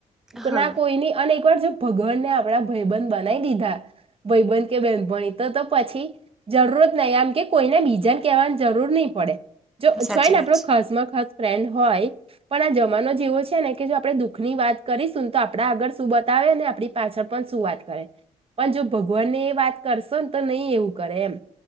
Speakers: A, in the centre; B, on the right.
A: હા
B: ના કોઈની અને જો ભગવાનને આપડા ભાઈબન બનાવી દીધા ભાઈબન કે બેહેનપણી તો તો પછી જરૂરત નહી આમ કે કોઈને બીજાને કહેવાની જરૂર નહીં પડે. જો
A: સાચી
B: જોય ને
A: વાત
B: આપડો
A: છે
B: ખાસ માં ખાસ ફ્રેન્ડ હોય પણ આ જમાનો જ એવો છે ને કે જો આપણે દુઃખ ની વાત કરીશું ને તો આપણા આગળ શું બતાવે આપણી પાછળ પણ શું વાત કરે પણ જો ભગવાનને એ વાત કરશો ને તો નહી એવું કરે એમ.